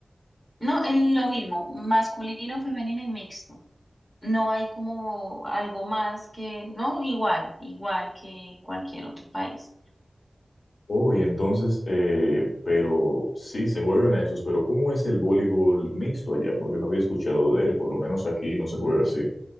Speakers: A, in the centre; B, on the left.
A: No, es lo mismo, masculino, femenino y mixto. No hay como algo más que, no, igual, igual que en cualquier otro país.
B: Oh, y entonces, eh, pero sí, se juegan esos, pero ¿cómo es el voleibol mixto allá? Porque no había escuchado de él, por lo menos aquí no se juega así.